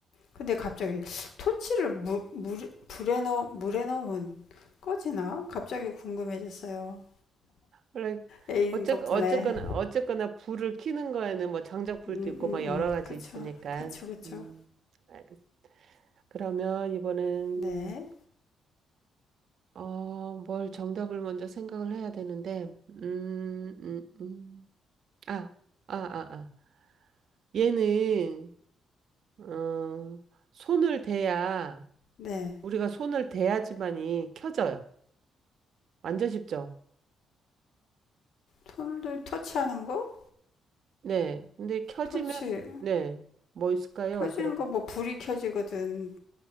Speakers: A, on the left; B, on the right.
A: 근데 갑자기 토치를 물, 물, 불에 넣, 물에 넣으면 꺼지나? 갑자기 궁금해졌어요.
B: 원래,
A: 애인
B: 어쨌,
A: 덕분에.
B: 어쨌거나, 어쨌거나, 불을 켜는 거에는 뭐, 장작불도
A: 음,
B: 있고,
A: 음, 음.
B: 막 여러 가지
A: 그쵸.
B: 있으니까,
A: 그쵸, 그쵸.
B: 음, 알겠어. 그러면 이번엔,
A: 네.
B: 어, 뭘 정답을 먼저 생각을 해야 되는데, 음, 음, 음. 아, 아, 아, 아. 얘는 어, 손을 대야
A: 네.
B: 우리가 손을 대야지만이 켜져요. 완전 쉽죠?
A: 토를 터치하는 거?
B: 네. 근데 켜지면
A: 터치.
B: 네. 뭐 있을까요?
A: 켜지는
B: 그럼
A: 거 뭐 불이 켜지거든.